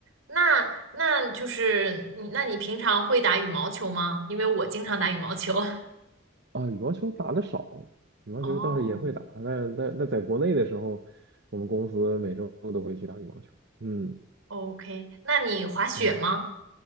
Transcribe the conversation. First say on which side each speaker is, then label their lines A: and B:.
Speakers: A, on the right; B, on the right.
A: 那那就是你，那你平常会打羽毛球吗？因为我经常打羽毛球。<laughs>
B: 啊，羽毛球打的少，羽毛球倒是也会打，
A: 哦
B: 但但但在国内的时候，我们公司每周都会去打羽毛球。嗯
A: ，OK，那你滑雪吗？
B: 嗯，